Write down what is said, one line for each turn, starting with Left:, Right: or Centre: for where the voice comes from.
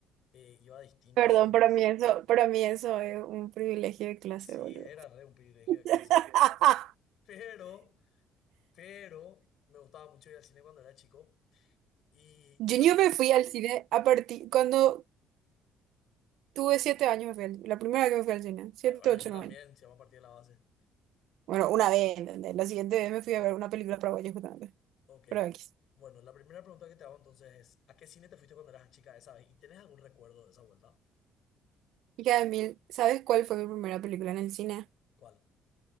Left: eh, iba a distintos
Right: Perdón,
Left: cines.
Right: para mí eso, para mí eso es un privilegio de clase,
Left: Sí,
Right: boludo.
Left: era re un privilegio
Right: <laughs>
Left: de clase, pero, pero me gustaba mucho ir al cine cuando era chico. Y,
Right: Yo
Left: y particular,
Right: yo me fui al cine a partir, cuando tuve siete años me fui al- la primera vez que me fui al cine, siete,
Left: ah, bueno,
Right: ocho,
Left: yo también,
Right: nueve años.
Left: si vamos a partir de la base.
Right: Bueno, una vez, ¿entendés? La siguiente vez me fui a ver una película paraguaya justamente,
Left: Ok.
Right: pero X.
Left: Bueno, la primera pregunta que te hago entonces es, ¿a qué cine te fuiste cuando eras chica esa vez? ¿Y tenés algún recuerdo de esa vuelta?
Right: Y cada mil, ¿sabes cuál fue mi primera película en el cine?
Left: ¿Cuál?